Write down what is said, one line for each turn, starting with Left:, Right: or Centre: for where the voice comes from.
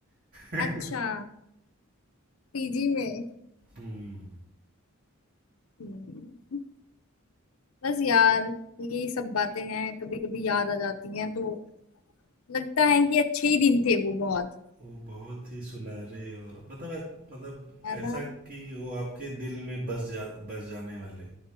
Right: <laughs>
Left: अच्छा पीजी में
Right: हम्म
Left: हम्म, बस यार यही सब बातें हैं कभी कभी याद आ जाती हैं तो लगता है कि अच्छे ही दिन थे वो बहुत
Right: वो बहुत ही सुनहरे और मतलब मतलब
Left: है
Right: ऐसा
Left: ना
Right: कि वो आपके दिल में बस जा बस जाने वाले